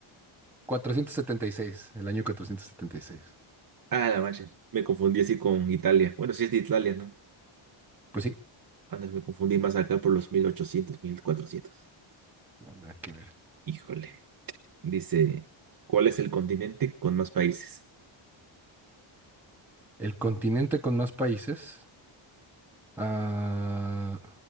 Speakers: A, in the centre; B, on the right.
A: cuatrocientos setenta y seis, El año 476.
B: Ah, la mancha. Me confundí así con Italia. Bueno, sí es de Italia, ¿no?
A: Pues sí,
B: Antes me confundí más acá por los mil ochocientos mil cuatrocientos
A: no nada que ver.
B: Híjole. Dice, ¿cuál es el continente con más países?
A: El continente con más países. Ah,